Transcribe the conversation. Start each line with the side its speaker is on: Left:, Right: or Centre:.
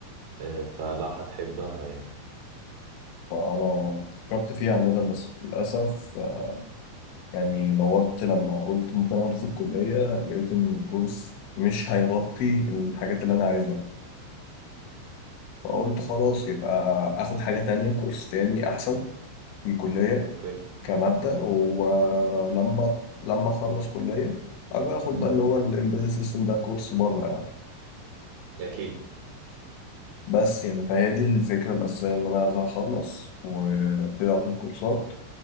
Right: آه، فلا هتحبها يعني
Left: فانا فكرت فيه عامة بس للأسف آه، يعني دورت لما قلت ممكن اخده في الكلية لقيت ان الكورس مش هيغطي الحاجات اللي انا عايزها فقلت خلاص يبقى اخد حاجة تانية كورس تاني احسن في الكلية
Right: اوكي
Left: كمادة ولما لما اخلص كلية ابقى اخد
Right: امم
Left: بقى اللي هو الامبيدد سيستم ده كورس بره يعني
Right: اكيد
Left: بس يعني فهي دي الفكرة الأساسية إن أنا عايز أخلص وأبتدي على طول كورسات